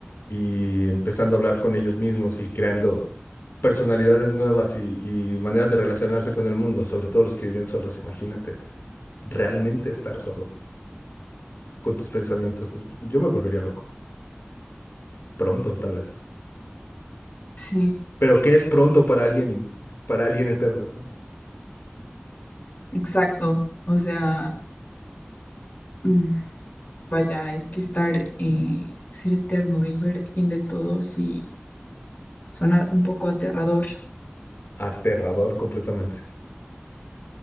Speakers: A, on the left; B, on the left.
A: y empezando a hablar con ellos mismos y creando personalidades nuevas y, y maneras de relacionarse con el mundo, sobre todo los que viven solos, imagínate, realmente estar solo con tus pensamientos. Yo me volvería loco, pronto tal vez.
B: sí,
A: Pero ¿qué es pronto para alguien, para alguien eterno, ¿no?
B: exacto. O sea, mm, vaya, es que estar, eh, ser eterno y ver el fin de todo sí suena un poco aterrador.
A: Aterrador completamente.